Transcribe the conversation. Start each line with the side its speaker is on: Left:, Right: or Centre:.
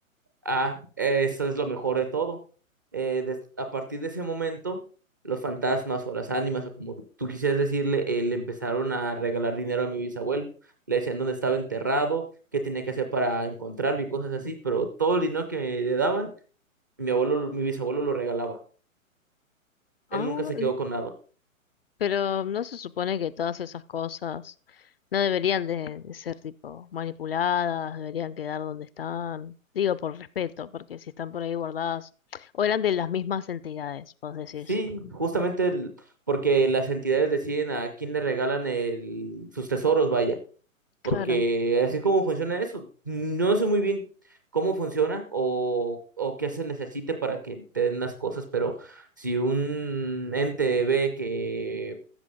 Right: Ah, eso es lo mejor de todo. Eh, des- a partir de ese momento, los fantasmas o las ánimas, o como tú quisieras decirle, eh, le empezaron a regalar dinero a mi bisabuelo. Le decían dónde estaba enterrado, qué tenía que hacer para encontrarlo y cosas así, pero todo el dinero que le daban, mi abuelo, mi bisabuelo lo regalaba.
Left: Ah,
Right: Él nunca se quedó con nada.
Left: Pero no se supone que todas esas cosas no deberían de, de ser tipo manipuladas, deberían quedar donde están. Digo por respeto, porque si están por ahí guardadas, o eran de las mismas entidades, vos decís.
Right: Sí, justamente el- porque las entidades deciden a quién le regalan el- sus tesoros, vaya. porque
Left: Claro.
Right: así es como funciona eso. No sé muy bien cómo funciona o, o qué se necesite para que te den las cosas, pero si un ente ve que,